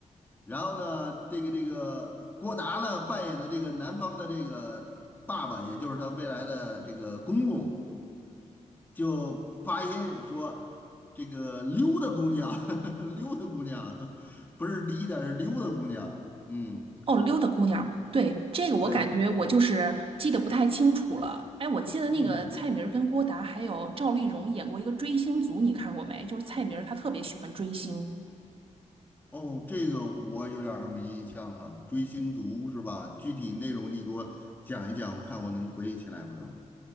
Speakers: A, on the left (about 15°); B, on the right (about 45°).
A: 然后呢，这个这个郭达呢扮演的这个男方的这个爸爸，也就是他未来的这个公公，就发音说这个溜达姑娘，<laughs> 溜达姑娘，不是 Lida，是溜达姑娘。嗯，
B: 哦，溜达姑娘，对，这个我感觉我就是记得不太清楚了，
A: 对的，
B: 哎，我记得那个蔡明儿跟郭达还有赵丽蓉演过一个《追星族》，
A: 嗯，
B: 你看过没？就是蔡明儿他特别喜欢追星，
A: 哦，这个我有点儿没印象了，《追星族》是吧？具体内容你给我讲一讲，我看我能回忆起来不能？